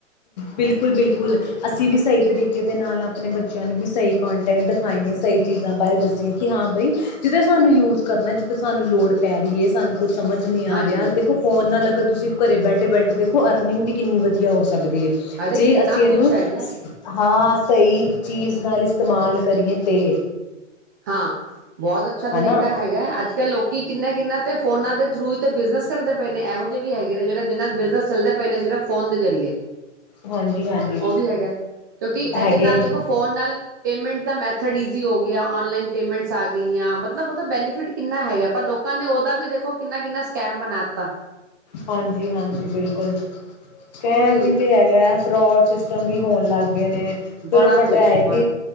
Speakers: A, on the left; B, on the right.
A: ਬਿਲਕੁਲ ਬਿਲਕੁਲ ਅਸੀਂ ਵੀ ਸਹੀ ਤਰੀਕੇ ਦੇ ਨਾਲ ਆਪਣੇ ਬੱਚਿਆਂ ਨੂੰ ਵੀ ਸਹੀ ਕੋਂਟੈਂਟ ਦਿਖਾਈਏ ਸਹੀ ਚੀਜ਼ਾਂ ਬਾਰੇ ਦੱਸਈਏ ਕਿ ਹਾਂ ਬਈ ਜਿਥੇ ਸਾਨੂੰ ਯੂਜ ਕਰਨਾ, ਜਿੱਥੇ ਸਾਨੂੰ ਲੋੜ ਪੈ ਰਹੀ ਹੈ, ਏ ਸਾਨੂੰ ਕੁਛ ਸਮਝ ਨੀ ਆ
B: ਹਾਂਜੀ
A: ਰਿਹਾ ਦੇਖੋ ਫੋਨ ਨਾਲ ਅਗਰ ਤੁਸੀਂ ਘਰੇ ਬੈਠੇ ਬੈਠੇ ਦੇਖੋ ਅਰਨਿੰਗ ਵੀ ਕਿੰਨੀ ਵਧੀਆ ਹੋ ਸਕਦੀ ਹੈ।
B: ਅਰੇ
A: ਜੇ
B: ਕਿੰਨਾ
A: ਅਸੀਂ ਇਹਨੂੰ
B: ਕੁਛ ਹੈਗਾ
A: ਹਾਂ ਸਹੀ ਚੀਜ਼ ਨਾਲ ਇਸਤੇਮਾਲ ਕਰੀਏ ਤੇ
B: ਹਾਂ ਬਹੁਤ ਅੱਛਾ ਤਰੀਕਾ
A: ਹਨਾ
B: ਹੈਗਾ ਅੱਜ ਕੱਲ੍ਹ ਲੋਕ ਕਿੰਨਾ ਕਿੰਨਾ ਤੇ ਫੋਨਾ ਦੇ ਥਰੁ ਹੀ ਤੇ ਬਿਜ਼ਨਸ ਕਰਦੇ ਪਏ ਨੇ। ਇਹੋ ਜਿਹੇ ਵੀ ਹੈਗੇ ਨੇ ਜਿਹੜੇ ਜਿਨਾ ਦੇ ਬਿਜਨਸ ਚੱਲਦੇ ਪਏ ਨੇ ਸਿਰਫ ਫੋਨ ਦੇ ਜਰੀਏ।
A: ਹਾਂਜੀ-ਹਾਂਜੀ
B: ਉਹ ਵੀ ਹੈਗਾ ਕਿਉਂਕਿ ਇਹਦੇ
A: ਹੈਗੇ
B: ਨਾਲ
A: ਨੇ
B: ਦੇਖੋ ਫੋਨ ਨਾਲ ਪੇਮੈਂਟ ਦਾ ਮੈਥਡ ਈਜ਼ੀ ਹੋ ਗਿਆ। ਔਨਲਾਈਨ ਪੇਮੈਂਟਸ ਆ ਗਈਆਂ ਮਤਲਬ ਬੈਨੀਫਿਟ ਕਿੰਨਾ ਹੈਗਾ ਪਰ ਲੋਕਾਂ ਨੇ ਉਹਦਾ ਵੀ ਦੇਖੋ ਕਿੰਨਾ ਕਿੰਨਾ ਸਕੈਮ ਬਣਾਤਾ
A: ਹਾਂਜੀ ਹਾਂਜੀ ਬਿਲਕੁਲ। ਕਹਿਣ
B: ਉਹੀ
A: ਹੀ
B: ਨਾ
A: ਤੇ ਹੈਗਾ ਫਰੋਡ ਸਿਸਟਮ ਵੀ ਹੋਣ ਲੱਗ ਨੇ
B: ਬੜਾ
A: ਚਲੋ ਬਟ
B: ਕੁਛ
A: ਇਹ
B: ਬੜਾ